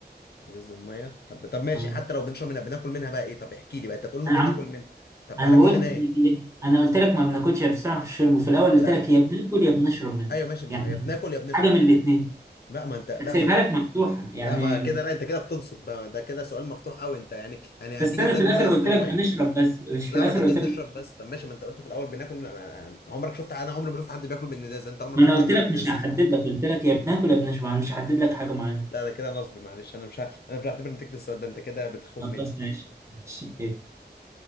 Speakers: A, on the left; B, on the right.
A: ازاز المية طب طب ماشي
B: آه.
A: حتى لو بنشرب منها بناكل منها بقى إيه طب احكي لي بقى أنت بتقول ممكن
B: انا عم
A: ناكل منها طب
B: انا
A: هناكل
B: بقول
A: منها إيه
B: ي- ي- انا قلت لك ما بناكلش يا بنستعمل في الشرب وفي الاول
A: لا
B: قلت لك يا بناكل يا بنشرب منها
A: أيوة ماشي ما
B: يعني
A: هو يا بناكل يا بنشرب
B: حاجة من
A: بقى
B: الاتنين
A: إيه؟ لا ما انت لا
B: كان سايبها
A: ما انت
B: لك مفتوحة يعني
A: لا ما كده لا انت كده بتنصب بقى ده كده سؤال مفتوح قوي انت يعني يعني
B: بس
A: هتيجي
B: انا
A: ازاي
B: في الاخر
A: في دماغ ازازه
B: قلت لك
A: الميه
B: بنشرب بس مش في
A: لا
B: الاخر
A: ما انت ليه
B: قلت
A: بنشرب
B: لك
A: بس طب ماشي ما انت قلت في الاول بناكل انا انا- عمرك شفت انا عمري ما شفت حد بياكل من ازازه انت عمرك
B: ما
A: شفت
B: انا قلت
A: حد بياكل
B: لك مش
A: من ازازه
B: هحدد لك قلت لك يا بناكل يا بنشرب انا مش هحدد لك حاجة معينة
A: لا ده كده نصب معلش انا مش ه... انا مش هعتبر نتيجه السؤال ده انت كده بتخون
B: خلاص
A: مني
B: ماشي ماشي